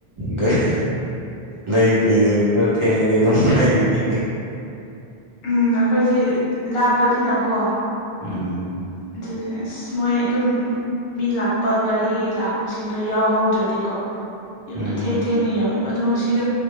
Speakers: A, on the right (about 55°); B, on the left (about 70°).
A: ꯒꯥꯔꯤ ꯂꯩꯇ꯭ꯔꯤꯗꯣ ꯈꯔ ꯊꯦꯡꯉꯗꯤ ꯑꯗꯨꯝ ꯂꯩꯒꯅꯤ
B: ꯎꯝ ꯑꯩꯈꯣꯏꯖꯤ ꯂꯥꯞꯄꯅꯤꯅꯀꯣ
A: ꯎꯝ
B: ꯑꯗꯨꯅꯦ ꯑꯁ ꯃꯣꯏ ꯑꯗꯨꯝ ꯃꯤ ꯂꯥꯛꯄ ꯒꯥꯔꯤ ꯂꯥꯛꯄꯁꯤꯡꯗꯣ ꯌꯥꯎꯍꯧꯗ꯭ꯔꯗꯤꯀꯣ ꯌꯨꯝꯗꯣ
A: ꯎꯝ
B: ꯊꯦꯡ ꯊꯦꯡꯅ ꯌꯎꯋꯦꯕ ꯑꯗꯣ ꯉꯁꯤꯗꯣ